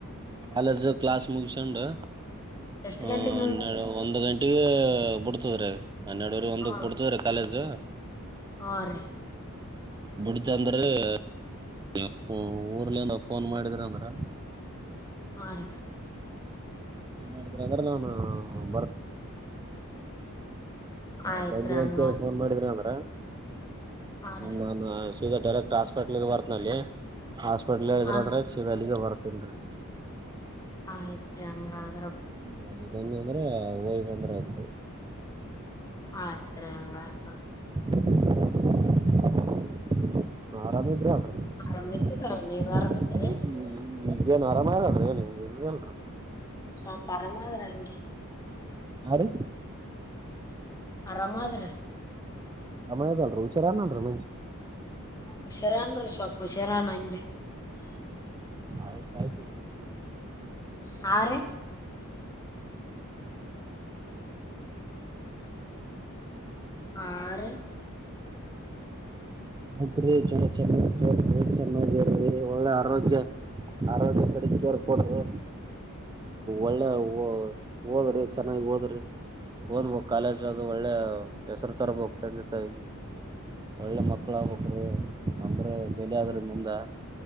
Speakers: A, on the right; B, on the left.
A: ಕಾಲಜ ಕ್ಲಸ್ ಮುಗಿಸಿಕೊಂಡು
B: ಎಷ್ಟ್
A: ಹ
B: ಗಂಟೆಗೆ ಮುಗಿತರಿ
A: ಹನ್ನೆರಡು ಒಂದು್ ಗಂಟೆಗೆ ಬಿಡ್ತದ್ರ ರಿ ಹನ್ನೆರಡವರೆ ಒಂದಕ್
B: ಹಾ
A: ಬಿಡ್ತದ್ರೀ ಕಾಲೇಜ್
B: ಹಾ ರೀ
A: ಬಿುಡಿತಂದ್ರೆ ನೀ ಊರ್ಲಿಿಂದ ಫೋನ್ ಮಾಡಿದ್ರ ಅಂದ್ರ
B: ಹಾ ರೀ
A: ಫೋನ್ ಮಾಡ್ರಿ ನಾನು ಬರ್ತೇನೆ ಹಾ
B: ಆಯ್ತ್
A: ಬಂದಿವ
B: ರೀ ಹಂಗ
A: ಅಂತೇಳಿ ಫೋನ್ ಮಾಡಿದ್ರೆ ಅಂದ್ರ
B: ಹಾ ರೀ
A: ನಾನು ಸೀದಾ ಡೈರೆಕ್ಟ್ ಹಾಸ್ಪಿಟ್ಲ್ಗೆ ಬರ್ತ ಅಲ್ಲಿ ಹಾಸ್ಪಿಟ್ಲ್ಯ
B: ಹಾ
A: ಅಂದ್ರೆ
B: ರೀ
A: ಸೀದಾ ಅಲೆಗೆ ಬರ್ತ ತೇನ್ ರಿ
B: ಆಯ್ತ್ರಿ ಹಂಗ ಆದ್ರೆ
A: ಹ್ಮ ಅಲೆ ಬನ್ನಿ ಅಂದ್ರ ಹೋಗ್ ಬಂದ್ರೆ ಆಯ್ತ
B: ಆಯ್ತು ರಿ ಹಂಗೆ ಆದ್ರೆ
A: <inaudible> ಆರಾಮಿದ್ರಿ ಅಲ್ರಿೀ
B: ಆರಾಮಿದ್ರ
A: <unintelligible>
B: ನೀವ್ ಆರಾಮಿದ್ರಿ
A: ಈಗೇಏನ್ ಆರಾಮರದೀ ಇ್ರ ನಿ ಇಲ್ರ
B: ಸಲ್ಪ ಆರಾಮ್ ಆದ್ರೆ ಹಂಗೆ
A: ಹಾ ರಿ
B: ಆರಾಮಾದ್ರೆ
A: ಮಾಯದಲ್ರರಿ ಹುಷಾರಏನಲ್ ಮನುಷಿ
B: ಹುಷಾರನ್ ರಿ ಸ್ವಲ್ಪ ಹುಷಾರಣ ಹಂಗೆ
A: ಆಯ್ತು ಆಯ್ತು
B: ಹಾ ರಿ
A: ಹ್ಮ್ ಹ್ಮ್ <unintelligible>
B: ಹಾ ರಿ
A: ಬುಡರಿ ಚೆನ್ನ ಚೆನ್ನ ಒಳ್ಳೆ ಆರೋಗ್ಯ <unintelligible> ಆರೋಗ್ಯ ಸಡ ಕವರ್ ಕೊೂಡದು ಒಳ್ಳೆ ಓದ್ರಿ ಚೆನ್ನಾಗಿ ಓದ್ರಿ ಓದಬೇಕು ಕಾಲೇಜ್ ಅದು ಒಳ್ಳೆ ಹೆಸರು ತರಬೇಕು ತಂದೆ ತಾಯಿ ಒಳ್ಳೆ ಅಲ್ಲ ಅಂದ್ರೆ ಬೆಲಾದ್ರ ಮುಂದೆ